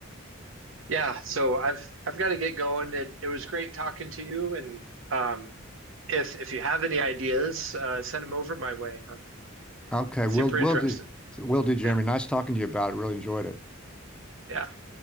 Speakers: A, on the right; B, in the centre.
A: yeah, so I've I've got to get going. It, it was great talking to you, and um, if if you have any ideas, uh, send them over my way. I'm
B: Okay,
A: super
B: we'll we'll
A: interested.
B: do we'll do, Jeremy.
A: Yeah,
B: Nice talking to you about it. Really enjoyed it.
A: yeah.